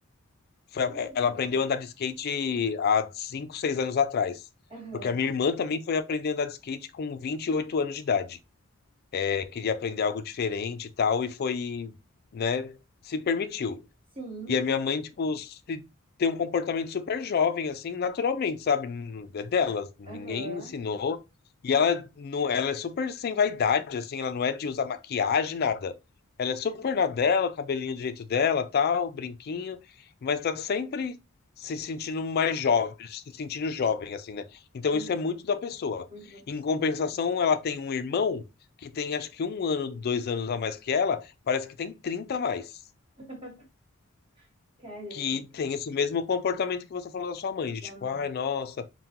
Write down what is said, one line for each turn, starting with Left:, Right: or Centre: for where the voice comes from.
Left: Foi
Right: que
Left: a-
Right: legal.
Left: ela aprendeu a andar de skate há cinco 6 anos atrás.
Right: Aham,
Left: Porque a minha irmã também foi aprender a andar de skate com 28 anos de idade. É, queria aprender algo diferente e tal, e foi, né, se permitiu.
Right: sim,
Left: E a minha mãe, tipo, se- tem um comportamento super jovem, assim, naturalmente, sabe? N- É dela, ninguém
Right: aham,
Left: ensinou. E ela, não, ela é super sem vaidade, assim, ela não é de usar maquiagem, nada. Ela é super
Right: aham,
Left: na dela, cabelinho do jeito dela, tal, brinquinho, mas tá sempre se sentindo mais jovem, se sentindo jovem, assim, né? Então
Right: uhum.
Left: isso é muito da pessoa.
Right: Muito da pessoa.
Left: Em compensação, ela tem um irmão que tem acho que um ano, dois anos a mais que ela, parece que tem 30 a mais
Right: <laughs> Caramba,
Left: que tem esse mesmo comportamento que você falou da sua mãe, de
Right: da
Left: tipo,
Right: mãe.
Left: ai, nossa,